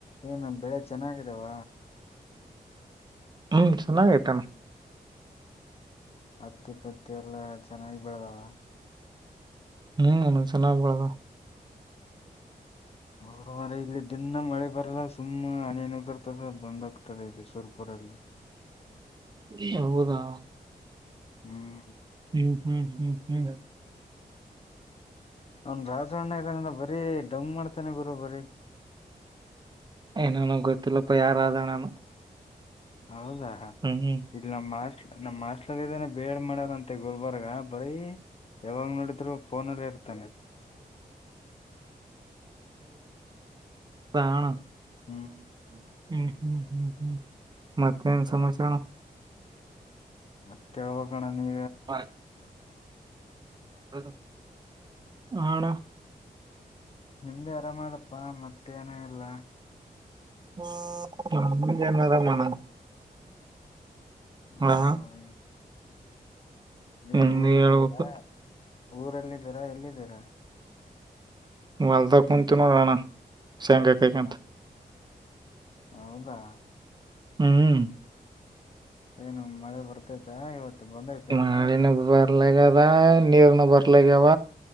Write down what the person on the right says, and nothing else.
ಹ್ಮ್ ಚೆನ್ನಾಗೈತಾನ
ಹ್ಮ್ ಚೆನ್ನಾಗ್ಬದು
ಹೌದಾ
ಹ್ಮ್ ಹ್ಮ್ ಹ್ಮ್ ಹ್ಮ್
ಏನಾನ ಗೊತ್ತಲ್ಲಪ್ಪ ಯಾರ ನಾನು
ಹ್ಮ್
ಅಣ
ಹ್ಮ್ ಹ್ಮ್ ಹ್ಮ ಹ್ಮ್ ಹ್ಮ್ ಮತ್ತೆನು ಸಂಬಿಸಣ
ಹಾ ಹೌ ಹಣ
ಹ ಜಮದ ಮನ ಹಾ
ನಿಮ್ದೆ
ಹೇಳ್ಬೇಕು
ಮಾಲ್ದ ಕುಂತ ನ ರಣ ಶೇಗ ಕೈಕಂಂತ
ಹ್ಮ್
ಮಾಡಳಿನ
ಬರ್ಲಗ ಅದ ನೀರ್ನು ಬರ್ಲಾಗ್ಯಾವ